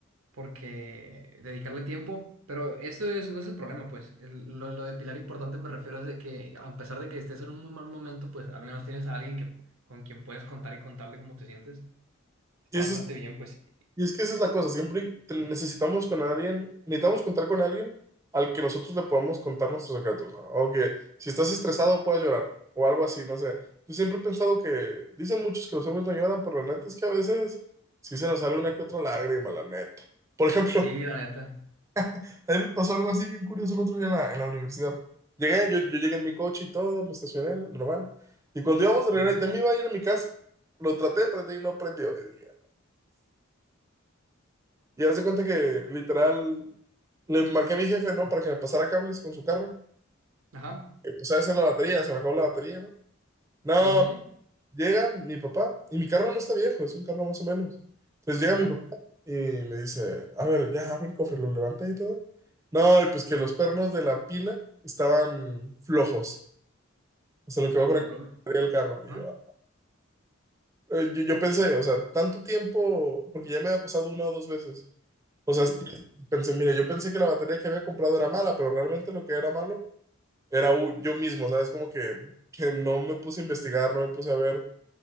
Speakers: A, on the right; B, on the right.
A: porque dedicarle tiempo, pero esto es, no es el problema, pues. El- lo, lo de pilar importante me refiero a de que, a pesar de que estés en un muy mal momento, pues al menos tienes a alguien que, con quien puedes contar y contarle cómo te sientes. Está
B: Y ese
A: bastante bien, pues.
B: Y es que esa es la cosa, siempre te- necesitamos con alguien, necesitamos contar con alguien al que nosotros le podamos contar nuestros secretos, ¿no? O que si estás estresado puedas llorar, o algo así, no sé. Yo siempre he pensado que, dicen muchos que los hombres no lloran, pero la neta es que a veces sí se nos sale una que otra lágrima, la neta. Por ejemplo,
A: Sí, la neta.
B: <laughs> a mí me pasó algo así bien curioso el otro día en la, en la universidad. Llegué, yo, yo llegué en mi coche y todo, me estacioné, normal. Y cuando íbamos de regreso,
A: Ujú.
B: ya me iba a ir a mi casa, lo traté de prender y no prendió. Y dije, Y haz de cuenta que literal le marqué a mi jefe, ¿no? Para que me pasara cables con su carro.
A: Ajá.
B: Empecé a hacer la batería, se me acabó la batería, ¿no? No,
A: Sí, sí, sí.
B: llega mi papá y mi carro no está viejo, es un carro más o menos. Entonces llega
A: Ajá.
B: mi papá y me dice, a ver, ya abre el cofre, lo levanta y todo. No, y pues que los pernos de la pila estaban flojos, o sea, lo que
A: Ah,
B: va con
A: oh,
B: la
A: lol.
B: batería del carro. Y
A: Ajá.
B: yo, eh, yo, yo pensé, o sea, tanto tiempo, porque ya me había pasado una o dos veces. O sea,
A: Sí.
B: sí, pensé, mira, yo pensé que la batería que había comprado era mala, pero realmente lo que era malo era u- yo mismo, ¿sabes? Como que, que no me puse a investigar, no me puse a ver